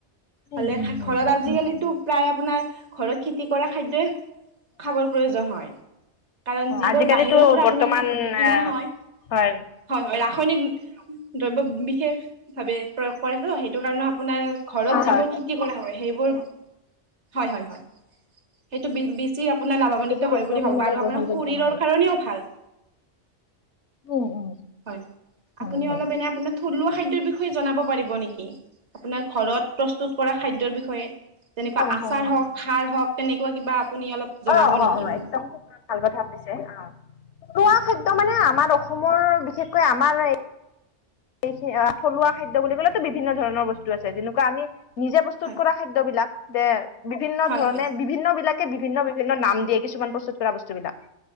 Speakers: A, on the left; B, on the right.
A: হয়
B: হ'লে ঘৰত
A: হয়
B: আজিকালিতো
A: নিশ্চয়
B: প্ৰায় আপোনাৰ ঘৰত খেতি কৰা খাদ্যই খাবৰ প্ৰয়োজন হয় কাৰণ যিবোৰ
A: আজিকালিতো
B: বাহিৰৰ পৰা
A: বৰ্তমান
B: আপোনালোকে কিনা
A: আহ
B: হয়
A: হয়।
B: হয় হয় ৰাসায়নিক দ্ৰব্য বিশেষ ভাৱে প্ৰয়োগ কৰে তো সেইটো কাৰণে আপোনাৰ ঘৰত যিবোৰ
A: হয়
B: খেতি কৰা হয়, সেইবোৰ, হয়, হয়, হয়। সেইটো বেছি আপোনাৰ লাভান্বিত
A: সেইবোৰ
B: হয়
A: একদমেই
B: বুলি ভাবো,
A: মানে
B: আৰু
A: গ্ৰহণযোগ্য
B: আপোনাৰ শৰীৰৰ
A: নহয়।
B: কাৰণেও ভাল।
A: উম উম
B: হয়,
A: হয়
B: আপুনি
A: হয়।
B: অলপ এনে আপোনাৰ থলুৱা খাদ্যৰ টো জনাব পাৰিব নেকি? আপোনাৰ ঘৰত প্ৰস্তুত কৰা খাদ্যৰ বিষয়ে। যেনেকুৱা
A: অ'
B: আচাৰ
A: হয় নহয়
B: হওঁক, খাৰ হওঁক, তেনেকুৱা কিবা আপুনি অলপ জনাব
A: অ' অ'
B: নেকি
A: অ'
B: মোক?
A: একদম খুব ভাল কথা সুধিছে, খোৱা
B: হয়
A: খাদ্য মানে আমাৰ অসমৰ বিশেষকৈ আমাৰ এইখিনি, থলুৱা খাদ্য বুলি কলেতো বিভিন্ন ধৰণৰ বস্তু আছে, যেনেকুৱা আমি নিজে প্ৰস্তুত
B: হয়
A: কৰা খাদ্যবিলাক। দে বিভিন্ন
B: হয়
A: ধৰণে,
B: হয়
A: বিভিন্ন বিলাকে বিভিন্ন বিভিন্ন নাম দিয়ে, কিছুমান প্ৰস্তুত কৰা বস্তু বিলাক।